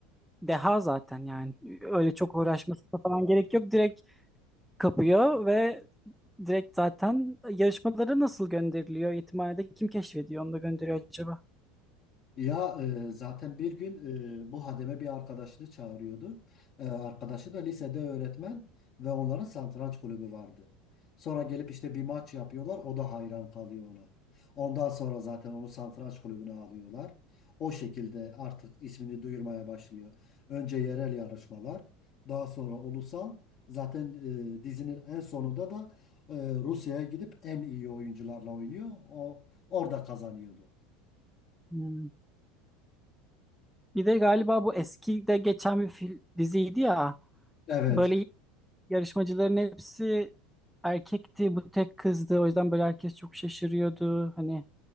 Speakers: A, in the centre; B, on the left.
A: deha zaten yani. Öyle çok uğraşmasına falan gerek yok. Direkt kapıyor ve direkt zaten yarışmalara nasıl gönderiliyor? Yetimhanede kim keşfediyor onu da gönderiyor acaba?
B: Ya e, zaten bir gün e, bu hademe bir arkadaşını çağırıyordu. E, arkadaşı da lisede öğretmen ve onların satranç kulübü vardı. Sonra gelip işte bir maç yapıyorlar. O da hayran kalıyor ona. Ondan sonra zaten onu satranç kulübüne alıyorlar. O şekilde artık ismini duyurmaya başlıyor. Önce yerel yarışmalar, daha sonra ulusal. Zaten e, dizinin en sonunda da e, Rusya'ya gidip en iyi oyuncularla oynuyor. O orada kazanıyordu.
A: Hmm. Bir de galiba bu eski de geçen bir fil, diziydi ya.
B: Evet.
A: Böyle yarışmacıların hepsi erkekti, bu tek kızdı. O yüzden böyle herkes çok şaşırıyordu. Hani